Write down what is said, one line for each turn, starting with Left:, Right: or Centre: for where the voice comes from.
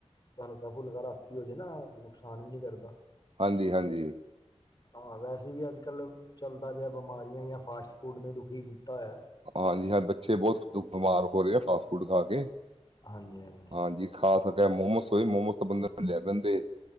Left: ਕਨਕ ਦਾ ਫੁਲਕਾ ਰਾਤੀ ਹੋਜੇ ਨਾ ਨੁਕਸਾਨ ਵੀ ਨੀ ਕਰਦਾ।
Right: ਹਾਂਜੀ-ਹਾਂਜੀ।
Left: ਹਾਂ ਵੈਸੇ ਵੀ ਅੱਜ ਕੱਲ੍ਹ ਚੱਲਦਾ ਪਿਆ ਬਿਮਾਰੀਆਂ ਆ ਫਾਸਟ ਫੂਡ ਨੇ ਦੁਖੀ ਕੀਤਾ ਹੋਇਆ।
Right: ਹਾਂਜੀ ਹਾਂ ਬੱਚੇ ਬਹੁਤ ਦੁ ਬਿਮਾਰ ਹੋ ਰਹੇ ਆ ਫਾਸਟ ਫੂਡ ਖਾ ਕੇ।
Left: ਹਾਂਜੀ-ਹਾਂਜੀ।
Right: ਹਾਂਜੀ ਖਾ ਸਕਦੇ ਆ ਮੋਮੋਸ ਹੋਏ ਮੋਮੋਸ ਤਾਂ ਬੰਦੇ ਨੂੰ ਲੈ ਪੈਂਦੇ।